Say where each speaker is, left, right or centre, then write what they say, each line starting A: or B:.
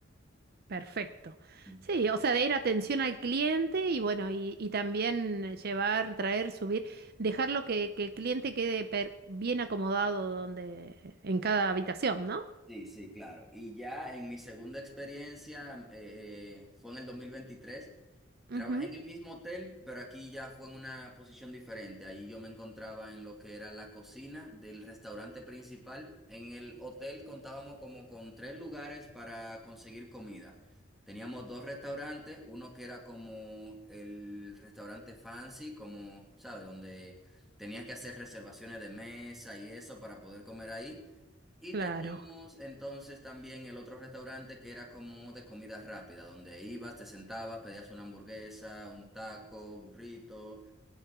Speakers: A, on the right; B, in the centre.
A: perfecto.
B: Mm.
A: Sí, o sea, de ir atención al cliente y bueno, y, y también llevar, traer, subir, dejarlo que, que el cliente quede per- bien acomodado donde, en cada habitación, ¿no?
B: Sí, sí, claro. Y ya en mi segunda experiencia, eh, fue en el 2023. Trabajé
A: Ujú,
B: en el mismo hotel, pero aquí ya fue en una posición diferente. Ahí yo me encontraba en lo que era la cocina del restaurante principal. En el hotel contábamos como con tres lugares para conseguir comida. Teníamos dos restaurantes, uno que era como el restaurante fancy, como, ¿sabes? Donde tenías que hacer reservaciones de mesa y eso para poder comer ahí. Y
A: claro.
B: teníamos entonces también el otro restaurante que era como de comida rápida, donde ibas, te sentabas, pedías una hamburguesa, un taco, burrito.